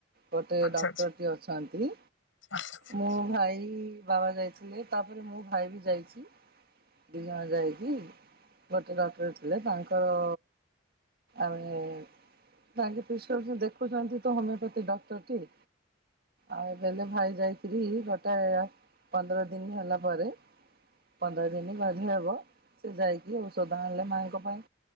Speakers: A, on the right; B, on the left.
A: ଗୋଟେ
B: ଆଚ୍ଛା
A: ଡକ୍ଟରଟି
B: ଆଚ୍ଛା
A: ଅଛନ୍ତି।
B: ଆଚ୍ଛା ଆଚ୍ଛା।
A: ମୁ ଭାଇ ବାବା ଯାଇଥିଲେ, ତାପରେ ମୋ ଭାଇ ବି ଯାଇଛି। ଦୁଇ ଜଣ ଯାଇକି <unintelligible> ଡକ୍ଟର ଥିଲେ ତାଙ୍କର ଆମେ ତାଙ୍କ ପି ଦେଖୁଛନ୍ତି ତ ହୋମିଓପାଥି ଡକ୍ଟର ଟି। ଆଉ ବଲେ ଭାଇ ଯାଇଥିଲି ଗୋଟେ ପନ୍ଦର ଦିନ ହେଲା ପରେ ପନ୍ଦର ଦିନ ବଧେ ହେବ ସେ ଯାଇକି ସଧା ଆଣିଲେ ମାଙ୍କ ପାଇଁ